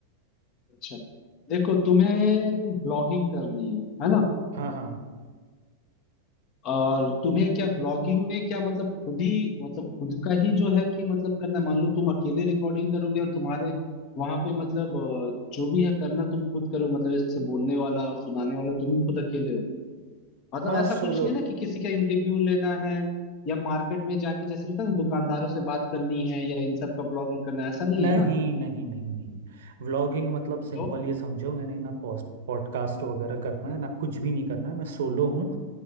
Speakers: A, on the left; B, on the right.
A: अच्छा देखो तुम्हें ब्लॉगिंग करनी है है ना
B: हाँ हाँ
A: और तुम्हें क्या ब्लॉगिंग में क्या मतलब खुद ही मतलब खुद का ही जो है कि मतलब करना है? मान लो तुम अकेले रिकॉर्डिंग करोगे और तुम्हारे वहां पे मतलब अ, जो भी है करना तुम खुद करो मतलब जैसे बोलने वाला और सुनाने वाला तुम ही खुद अकेले हो मतलब
B: हाँ
A: ऐसा
B: सोलो
A: कुछ नहीं ना कि किसी का इंटरव्यू लेना है या मार्केट में जाके जैसे होता है ना दुकानदारों से बात करनी है या इन सब का ब्लॉगिंग करना है ऐसा नहीं
B: नहीं
A: है ना
B: नहीं नहीं नहीं व्लॉगिंग मतलब सिंपल
A: तो
B: ये समझो मैंने ना पॉस्ट पॉडकास्ट वगैरह करना है ना कुछ भी नहीं करना है मैं सोलो हूँ